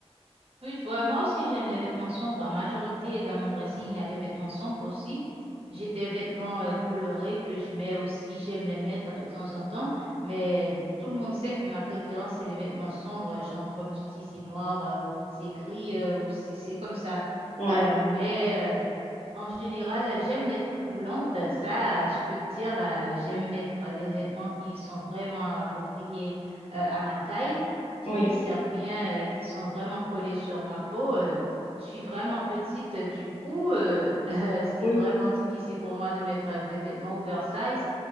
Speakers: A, on the right (about 60°); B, on the left (about 75°).
A: Oui, je vois. Moi aussi, j'aime les vêtements sombres. En majorité, dans mon dressing, il y a des vêtements sombres aussi. J'ai des vêtements euh, colorés que je mets aussi. J'aime les mettre de temps en temps. Mais tout le monde sait que ma préférence, c'est les vêtements sombres. Genre, comme tu dis, c'est noir, euh, c'est gris, euh, ou c'est c'est comme ça.
B: Ouais.
A: Euh, mais euh, en général, j'aime les trucs moulantes. Ça, je peux te dire, euh, j'aime mettre des vêtements qui sont vraiment appropriés euh, à ma taille, qui
B: Oui.
A: me servent bien euh, et qui sont vraiment collés sur ma peau. Euh, je suis vraiment petite, euh, du coup, euh, <laughs> euh, c'est
B: Oui.
A: vraiment difficile pour moi de mettre euh, des vêtements oversize.